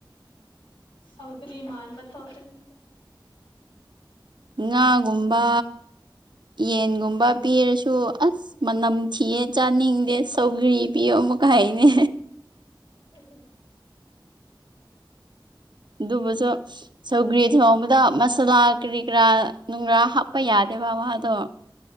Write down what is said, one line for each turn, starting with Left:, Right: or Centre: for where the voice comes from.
Left: ꯍꯥꯎꯗ꯭ꯔꯤ ꯃꯥꯥꯟ ꯃ ꯍꯇꯅꯤ
Right: ꯉꯥꯒꯨꯝꯕ ꯌꯦꯟꯒꯨꯝꯕ ꯄꯤꯔꯁꯨ ꯑꯁ ꯃꯅꯝ ꯊꯤꯌꯦ ꯆꯥꯅꯤꯡꯗꯦ ꯁꯧꯒ꯭ꯔꯤ ꯄꯤꯌꯣ ꯑꯃꯨꯛꯀ ꯍꯥꯏꯅꯦ
Left: ꯎ
Right: ꯑꯗꯨꯕꯨꯁꯨ ꯁꯧꯒ꯭ꯔꯤ ꯊꯣꯡꯣꯡꯕꯗ ꯃꯁꯥꯂꯥ ꯀꯔꯤ ꯀꯔꯥ ꯅꯨꯡꯒꯔꯥꯞ ꯀꯄ ꯌꯥꯗꯦꯕ ꯃꯥꯗꯣ